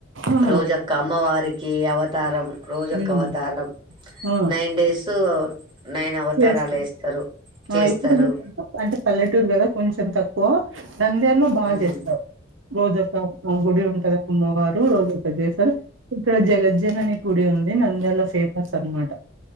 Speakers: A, on the right; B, on the right.
A: ఆ
B: రోజు ఒక్క అమ్మవారికి అవతారం. రోజుఒక్క
A: హ్మ్
B: అవతారం
A: ఆ
B: నైన్ డేస్ నైన్ అవతారాలు
A: చేస్త
B: వేస్తారు చేస్తారు
A: అ ఇప్పుడు అంటే పల్లెటూరు గదా, కొంచెం తక్కువ గో నంద్యలో బాగా
B: ఉమ్
A: చేస్తారు. రోజు ఒక గుడి ఉంటది. అమ్మవారు రోజు ప్ర చేేశార్, ఇక్కడ జగజ్జనని గుడి ఉంది. నంధ్యానం ల ఫేమస్ అనమాట.